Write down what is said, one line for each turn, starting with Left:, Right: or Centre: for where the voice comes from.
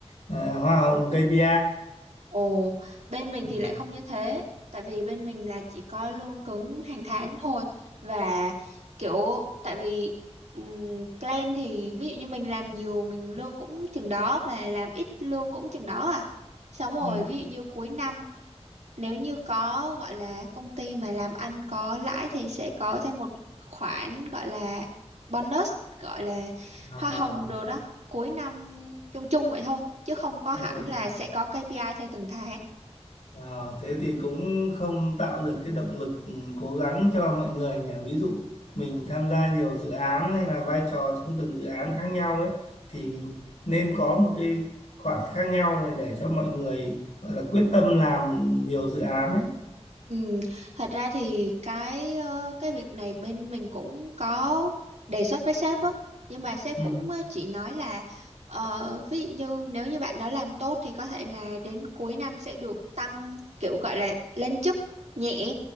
Left: à, hoa hồng KPI
Right: Ồ, bên mình
Left: ừ.
Right: thì lại không như thế, tại vì bên mình là chỉ có lương cứng hàng tháng thôi và kiểu tại vì ừm, plan thì ví dụ như mình làm nhiều mình lương cũng chừng đó mà làm ít lương cũng chừng đó à. Xong rồi
Left: Ừ.
Right: ví dụ như cuối năm nếu như có gọi là công ty mà làm ăn có lãi thì sẽ có thêm một khoản gọi là bonus, gọi là
Left: À.
Right: hoa hồng đồ đó, cuối năm chung chung vậy thôi chứ không có hẳn
Left: Ừ.
Right: là sẽ có KPI theo từng tháng.
Left: Ờ, thế thì cũng không tạo được cái động lực ừ, cố gắng cho mọi người nhỉ. Ví dụ mình tham gia nhiều dự án hay là vai trò trong từng dự án khác nhau ấy thì nên có một cái khoảng khác nhau rồi để cho mọi người gọi là quyết tâm làm nhiều dự án ấy.
Right: Ừ, thật ra thì cái ờ, cái việc này bên mình cũng có đề xuất với sếp á nhưng mà sếp
Left: Ừ.
Right: cũng ờ, chỉ nói là ờ, ví dụ như nếu như bạn đó làm tốt thì có thể là đến cuối năm sẽ được tăng kiểu gọi là lên chức nhẹ